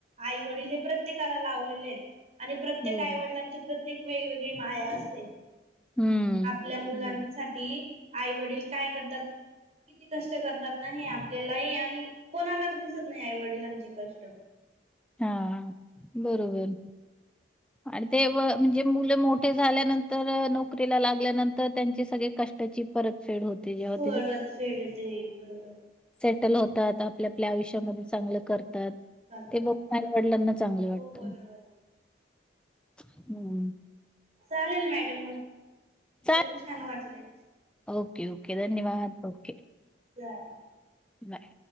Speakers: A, on the right; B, in the centre.
A: आई वडील हे प्रत्येकाला लावले. लावलेत आणि प्रत्येक
B: बरं.
A: आईवडिलांची प्रत्येक वेगवेगळी माया असते.
B: हम्म.
A: आपल्या मुलांसाठी
B: बरं.
A: आईवडील काय करतात? किती कष्ट करतात नाही आपल्यालाही आणि कोणालाच दिसत नाही आई वडिलांचे कष्ट.
B: हा बरोबर आणि ते व म्हणजे मुल मोठे झाल्यानंतर नोकरीला लागल्यानंतर त्यांचे सगळे. कष्टाची परतफेड होते जेव्हा
A: परत
B: ते.
A: फेड येते बरोबर
B: सेटल होतात आपल्या आपल्या आयुष्यामध्ये चांगल करतात
A: करतात
B: ते बघ आईवडिलांना चांगले
A: हो
B: वाटत
A: बरोबर
B: हम्म्.
A: चालेल मॅडम मग
B: चा
A: बोलून छान वाटलय.
B: ओके ओके धन्यवाद ओके.
A: ह <unintelligible>
B: नाय.